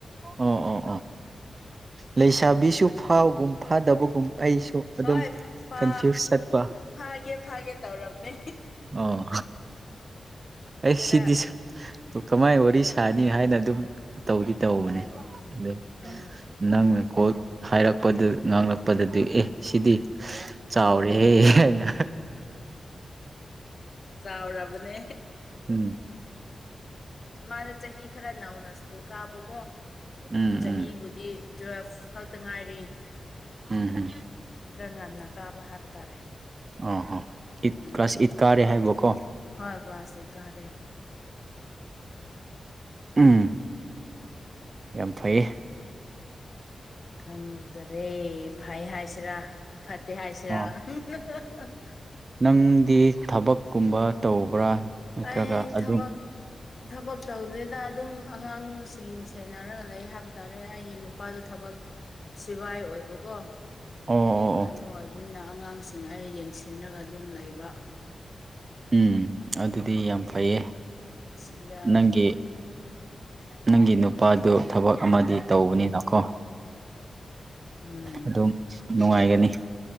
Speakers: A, on the right (about 40°); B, on the left (about 50°).
A: ꯑꯣ ꯑꯣ ꯑꯣ ꯂꯩꯁꯥꯕꯤꯁꯨ ꯐꯥꯎꯒꯨꯝ ꯐꯥꯗꯕꯒꯨꯝ ꯑꯩꯁꯨ ꯑꯗꯨꯝ
B: ꯍꯣꯏ ꯐꯥ
A: ꯀꯟꯐ꯭ꯌꯨꯁ ꯆꯠꯄ
B: ꯐꯥꯒꯦ ꯐꯥꯒꯦ ꯇꯧꯔꯕꯅꯦ
A: ꯑꯣ ꯑꯩ
B: ꯈꯔ
A: ꯁꯤꯗꯤꯁ ꯀꯃꯥꯏꯅ ꯋꯥꯔꯤ ꯁꯥꯅꯤ ꯍꯥꯏꯅ ꯑꯗꯨꯝ ꯇꯧꯗꯤ ꯇꯧꯕꯅꯦ
B: ꯎꯝ
A: ꯑꯗꯣ
B: ꯎꯝ
A: ꯅꯪꯅ ꯀꯣꯜ ꯍꯥꯏꯔꯛꯄꯗ ꯉꯥꯡꯂꯛꯄꯗꯗꯤ ꯑꯦ ꯁꯤꯗꯤ ꯆꯥꯎꯔꯍꯦ ꯍꯥꯏꯅ
B: ꯆꯥꯎꯔꯕꯅꯦ
A: ꯎꯝ
B: ꯃꯥꯅ ꯆꯍꯤ ꯈꯔ ꯅꯧꯅ ꯁ꯭ꯀꯨꯜ ꯀꯥꯕꯀꯣ
A: ꯎꯝ
B: ꯆꯍꯤꯕꯨꯗꯤ
A: ꯎꯝ
B: ꯇꯨꯋꯦꯜꯐ ꯈꯛꯇ ꯉꯥꯏꯔꯤ
A: ꯎꯝ ꯎꯝ
B: ꯈꫪ ꯉꯟꯅ ꯀꯥꯕ ꯍꯥꯏꯕ ꯇꯥꯔꯦ
A: ꯑꫭ ꯍꫭ ꯏꯠ
B: ꯑꯗꯨꯅ
A: ꯀ꯭ꯂꯥꯁ ꯏꯠ ꯀꯥꯔꯤ ꯍꯥꯏꯕꫭꯀꯣ
B: ꯍꯣꯏ ꯀ꯭ꯂꯥꯁ ꯀꯥꫪꯤ
A: ꯎꯝ ꯌꯥꯝ ꯐꯩꯌꯦ
B: ꯈꯪꯗꯔꯦ ꯐꯩ ꯍꯥꯏꯁꯤꯔꯥ ꯐꯠꯇꯦ ꯍꯥꯏꯁꯤꯔꯥ
A: ꯑꯣ
B: ꯍ ꯍ
A: ꯅꯪꯗꯤ ꯊꯕꯛꯀꯨꯝꯕ ꯇꯧꯕ꯭ꯔꯥ ꯅꯠꯇ꯭ꯔꯒ
B: ꯑꯩ
A: ꯑꯗꯨꯝ
B: ꯊꯕꯛ ꯊꯕꯛ ꯇꯧꯗꯔꯤꯗ ꯑꯗꯨꯝ ꯑꯉꯥꯡꯁꯤꯡ ꯁꯦꯟꯅꯔꯒ ꯂꯩ ꯍꯥꯏꯕ ꯇꯥꯔꯦ ꯑꯩꯒꯤ ꯅꯨꯄꯥꯗꯣ ꯊꯕꯛ ꯁꯤꯕꯥꯏ ꯑꯣꯏꯕꯀꯣ
A: ꯑꯣ ꯑꯣ ꯑꯣ
B: ꯑꯗꯨ ꯑꯣꯏꯕꯅꯤꯅ ꯑꯉꯥꯡꯁꯤꯡ ꯑꯩ ꯌꯦꯡꯁꯤꯟꯅꯒ ꯑꯗꯨꯝ ꯂꯩꯕ
A: ꯎꯝ ꯑꯗꯨꯗꯤ ꯌꯥꯝ ꯐꯩꯌꯦ
B: ꯑꯁꯤꯗ
A: ꯅꯪꯒꯤ ꯅꯪꯒꯤ ꯅꯨꯄꯥꯗꯨ ꯊꯕꯛ ꯑꯃꯗꯤ ꯇꯧꯕꯅꯤꯅꯀꯣ
B: ꯎꯝ
A: ꯑꯗꯨꯝ ꯅꯨꯡꯉꯥꯏꯒꯅꯤ